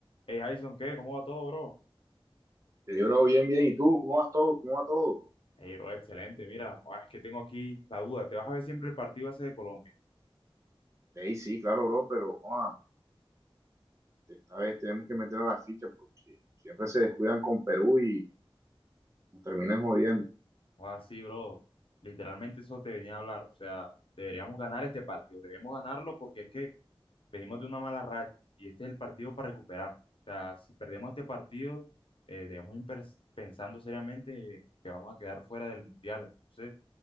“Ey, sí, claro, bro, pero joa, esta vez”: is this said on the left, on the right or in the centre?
Right